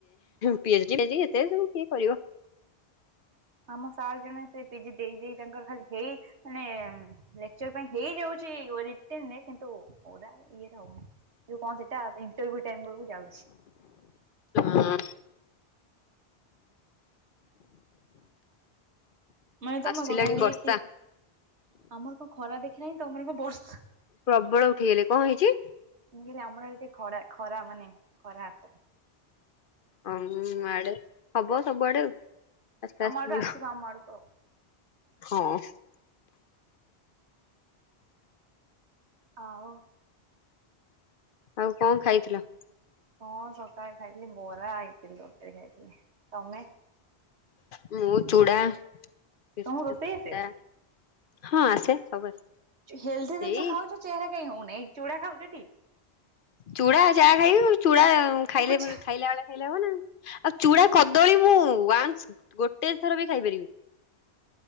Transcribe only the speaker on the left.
P H D ଏତେ ସବୁ କିଏ କରିବ
ହଁ
ଆସିଲାଣି
ବର୍ଷା
ପ୍ରବଳ ଉଠେଇଗଲେ କଣ ହେଇଛି
ଅମ ହବ ସବୁଆଡେ ଆଉ। ଆସ୍ତେ
ଆସ୍ତେ
ଯିବ।
ହଁ।
ଆଉ କଣ ଖାଇଥିଲ?
ମୁଁ ଚୁଡ଼ା, ବିସ୍କୁଟ,
ଚା
ହଁ ଆସେ। ସବୁ ଆସେ।
ଏଇ
ଚୁଡ଼ା ଚାହା ଖାଇବି ଚୁଡା ଖାଇଲେ
ଖାଇଲା ବେଳେ ଖାଇଲେ ହବନା ଆଉ ଚୁଡା କଦଳୀ ମୁଁ ଉଆନ୍ସ ଗୋଟେ ଥର ବି ଖାଇପାରିବିନି।